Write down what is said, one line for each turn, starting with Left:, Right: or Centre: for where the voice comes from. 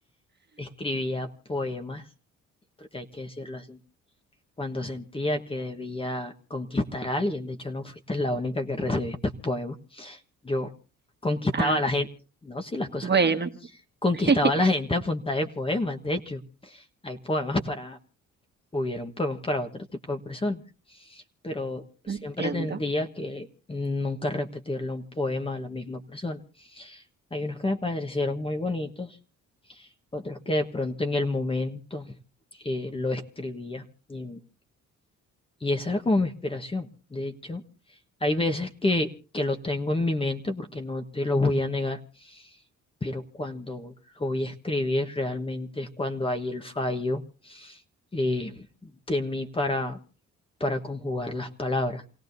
Left: Escribía poemas, porque hay que decirlo así, cuando sentía que debía conquistar a alguien. De hecho, no fuiste la única que recibí estos poemas. Yo conquistaba
Right: Ah,
Left: a la gente. No, sí, las cosas
Right: bueno,
Left: como son. Conquistaba
Right: <laughs>
Left: a la gente a punta de poemas. De hecho, hay poemas para, hubieron poemas para otro tipo de personas. Pero siempre
Right: entiendo.
Left: tendía que nunca repetirle un poema a la misma persona. Hay unos que me parecieron muy bonitos otros que de pronto en el momento eh, lo escribía. Y, y esa era como mi inspiración. De hecho, hay veces que, que lo tengo en mi mente porque no te lo voy a negar, pero cuando lo voy a escribir realmente es cuando hay el fallo eh, de mí para, para conjugar las palabras.